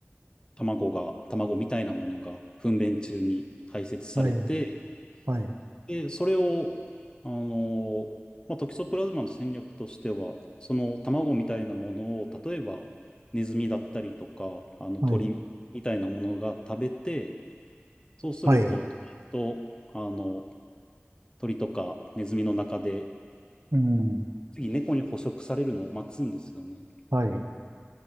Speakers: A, on the left; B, on the right.
A: 卵が、卵みたいなものが糞便中に排泄されて、
B: はい。はい。
A: で、それを、あの、まあ、トキソプラズマの戦略としては、その卵みたいなものを、例えばネズミだったりとか、あの鳥みたいなものが食べて、
B: はい。
A: そうすると、
B: はい。
A: えっと、あの、鳥とかネズミの中で、
B: うん。
A: 次猫に捕食されるのを待つんですよね。
B: はい。